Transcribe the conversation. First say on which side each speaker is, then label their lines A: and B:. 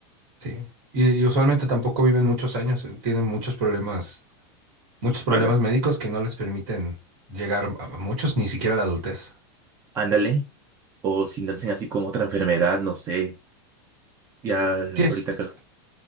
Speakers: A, on the right; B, on the right.
A: Sí. Y, y usualmente tampoco viven muchos años, eh, tienen muchos problemas, muchos problemas
B: Bueno,
A: médicos que no les permiten llegar a a muchos, ni siquiera a la adultez.
B: ándale, o si nacen así con otra enfermedad, no sé, ya
A: Sí es.
B: ahorita, creo-